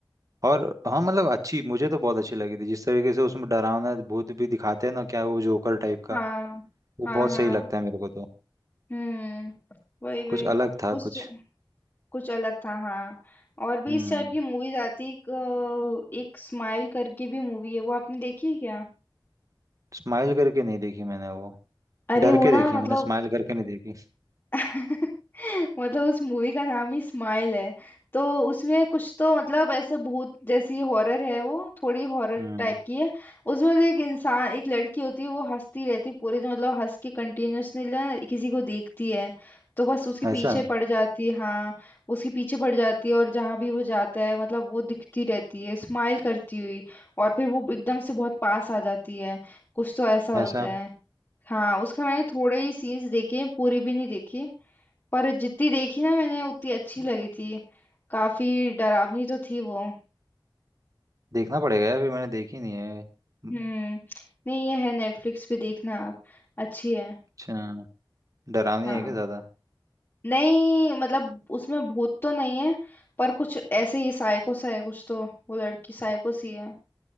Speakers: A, on the right; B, on the left.
A: और हाँ मतलब अच्छी मुझे तो बहुत अच्छी लगी थी जिस तरीके से उसमें डरावना भूत भी दिखाते हैं ना क्या वो जोकर टाइप का
B: हाँ
A: वो
B: हाँ
A: बहुत
B: हाँ
A: सही लगता है मेरे को तो
B: हम्म वही वही
A: कुछ अलग था
B: उस
A: कुछ
B: कुछ अलग था हाँ और भी
A: हम्म
B: इस टाइप की मूवीज आती एक, अ, एक स्माइल करके भी मूवी है वो आपने देखी है क्या
A: स्माइल करके नहीं देखी मैंने वो
B: अरे
A: डर के
B: वो
A: देखी
B: ना मतलब
A: है, मैंने स्माइल करके नहीं देखी
B: <laughs> मतलब उस मूवी का नाम ही स्माइल है तो उसमें कुछ तो मतलब ऐसा भूत जैसी हॉरर है वो थोड़ी हॉरर
A: हम्म
B: टाइप की है उसमें मतलब एक इंसान एक लड़की होती है वो हंसती रहती है पूरे दिन मतलब हंस के कंटिन्यूअसली ना किसी को देखती है तो बस उसके पीछे
A: ऐसा
B: पड़ जाती है हाँ उसके पीछे पड़ जाती है और जहाँ भी वो जाता है मतलब वो दिखती रहती है स्माइल करती हुई और फिर वो एकदम से बहुत पास आ जाती है कुछ तो ऐसा होता
A: ऐसा
B: है हाँ उसका मैंने थोड़े ही सीन्स देखे हैं, पूरी भी नहीं देखी पर जितनी देखी ना मैंने उतनी अच्छी लगी थी काफी डरावनी तो थी वो
A: देखना पड़ेगा यार फिर मैंने देखी नहीं है हम्म,
B: हम्म नहीं ये है नेटफ्लिक्स पे देखना आप अच्छी है
A: अच्छा डरावनी
B: हाँ
A: है क्या ज़्यादा
B: नहीं मतलब उसमें भूत तो नहीं है पर कुछ ऐसे ही साइको सा है कुछ तो वो लड़की साइको सी है